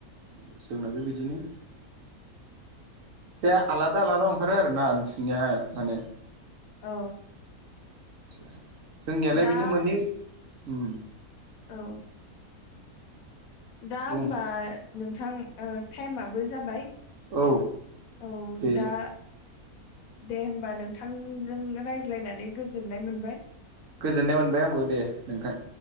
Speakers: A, on the right (about 65°); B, on the left (about 70°).
A: ओम जोंनाबो बिदिनो। बे आलादा आलादा ओंखारो आरोना नोंसिनियाहाय माने?
B: औ।
A: आदसा जोंनियालाय
B: दा
A: बिदि मोननै उम।
B: औ। दा होमबा
A: बुं
B: नोंथां ओ टाइमाबो जाबाय
A: औ
B: औ
A: दे
B: दा दे होमबा नोंथांजों रायज्लायनानै गोजोननाय मोनबाय।
A: गोजोननाय मोनबाय आंबो दे नोंथां।